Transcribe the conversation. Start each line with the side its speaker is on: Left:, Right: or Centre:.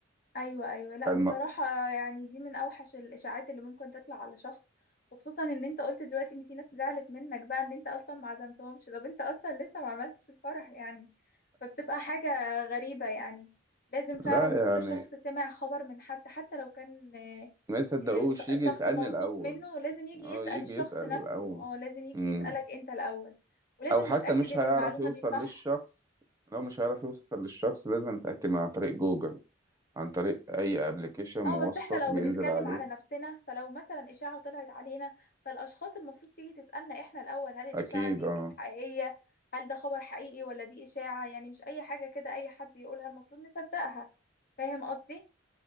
Left: ايوه ايوه لا
Right: فالم...
Left: بصراحه يعني دي من اوحش الاشاعات اللي ممكن تطلع على شخص وخصوصا ان انت قلت دلوقتي ان في ناس زعلت منك بقى ان انت اصلا ما عزمتهمش طب انت اصلا لسه ما عملتش الفرح يعني فبتبقى حاجه غريبه يعني لازم
Right: <laughs>
Left: فعلا
Right: لا
Left: كل
Right: يعني
Left: شخص سمع خبر من حد حتى لو كان آه،
Right: ما يصدقوش
Left: آه، ص-
Right: يجي
Left: شخص
Right: يسألني
Left: موثوق
Right: الأول
Left: منه لازم يجي
Right: اه
Left: يسأل
Right: يجي
Left: الشخص
Right: يسأل
Left: نفسه
Right: او
Left: اه لازم يجي
Right: مم.
Left: يسألك انت الاول ولازم
Right: او حتى
Left: نتأكد
Right: مش
Left: ان
Right: هيعرف
Left: المعلومه
Right: يوصل
Left: دي صح
Right: للشخص لو مش هيعرف يوصل للشخص لازم نتأكد من عن طريق جوجل عن طريق اي ابلكيشن موثق
Left: اه بس احنا لو
Right: بينزل
Left: بنتكلم
Right: عليه
Left: على نفسنا فلو مثلا اشاعة طلعت علينا فالاشخاص المفروض تيجي تسألنا احنا الاول هل الاشاعة
Right: اكيد
Left: دي
Right: اه
Left: حقيقية هل ده خبر حقيقي ولا دي اشاعة يعني مش اي حاجة كده اي حد يقولها المفروض نصدقها فاهم قصدي